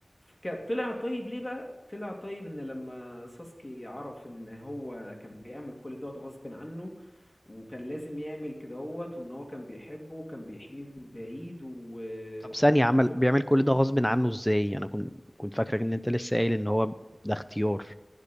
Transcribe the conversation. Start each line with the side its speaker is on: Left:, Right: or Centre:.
Left: ك- طلع طيب ليه بقى طلع طيب ان لما ساسكي عرف ان هو كان بيعمل كل دوت غصب عنه وكان لازم يعمل كده هوت وان هو كان بيحبه وكان بيحميه من بعيد و...
Centre: طب ثانية عمل
Left: وفي
Centre: بيعمل كل ده غصب عنه ازاي انا كنت كنت فاكرك ان انت لسه قايل ان هو ده اختيار